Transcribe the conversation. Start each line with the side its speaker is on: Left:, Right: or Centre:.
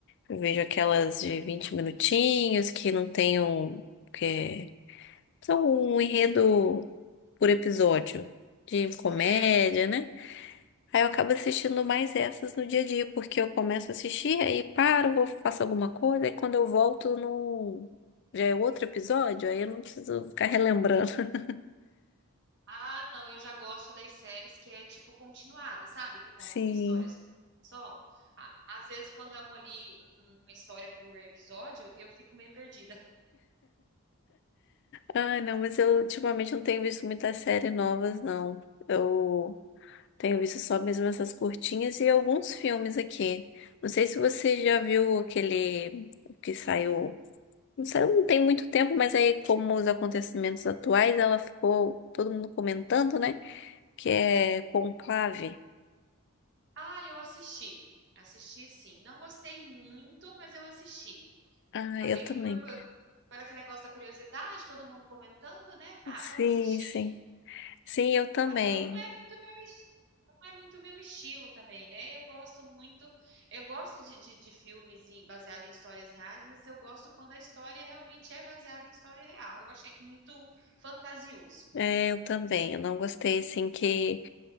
Left: Eu vejo aquelas de 20 minutinhos que não tem um. que são um enredo por episódio de comédia,
Right: Certo.
Left: né? Aí eu acabo assistindo mais essas no dia a dia, porque eu começo a assistir, aí paro, vou, faço alguma coisa, aí quando eu volto no... já é outro episódio, aí eu não preciso ficar relembrando. <laughs>
Right: Ah, não, eu já gosto das séries que é tipo continuada, sabe? Que conta
Left: Sim.
Right: uma história só. Ah, Às vezes, quando é uma ali, um- uma história por episódio, eu fico meio perdida. <laughs>
Left: Ah, não, mas eu ultimamente não tenho visto muitas séries novas, não. Eu tenho visto só mesmo essas curtinhas e alguns filmes aqui. Não sei se você já viu aquele que saiu. Isso aí não tem muito tempo, mas aí, como os acontecimentos atuais, ela ficou todo mundo comentando, né? Que é conclave.
Right: Ah, eu assisti. Assisti sim. Não gostei muito, mas eu assisti.
Left: Ah,
Right: Acabei
Left: eu também.
Right: que por, co- por aquele negócio da curiosidade, todo mundo comentando, né? Falei,
Left: Sim,
Right: Ah, vamos assistir.
Left: sim. Sim, eu também.
Right: Ah, eu não é muito meu, es- não é muito meu estilo também, né? Eu gosto muito, eu gosto de, de, de filmes em- baseados em histórias reais, mas eu gosto quando a história realmente é baseada em história real. Eu achei que muito fantasioso.
Left: É, eu também. Eu não gostei, assim, que.